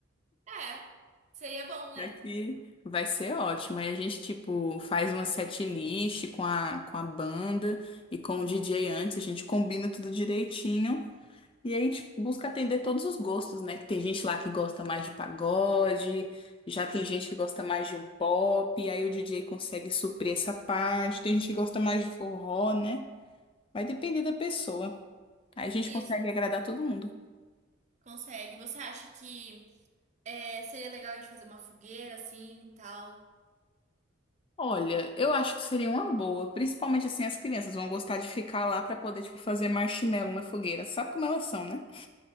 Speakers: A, on the right; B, on the left.
A: É, seria bom, né?
B: Aqui vai ser ótimo. Aí a gente, tipo, faz uma setlist com a, com a banda e com o DJ antes, a gente combina tudo direitinho. E aí a gente busca atender todos os gostos, né? Que tem gente lá que gosta mais de pagode, já tem gente que gosta mais de um pop, e aí o DJ consegue suprir essa parte, tem gente que gosta mais de forró, né? Vai depender da pessoa. Aí a gente
A: Isso.
B: consegue agradar todo mundo.
A: Consegue. Você acha que é, seria legal a gente fazer uma fogueira assim e tal?
B: Olha, eu acho que seria uma boa, principalmente assim as crianças vão gostar de ficar lá para poder tipo fazer marshmallow na fogueira. Sabe como elas são, né?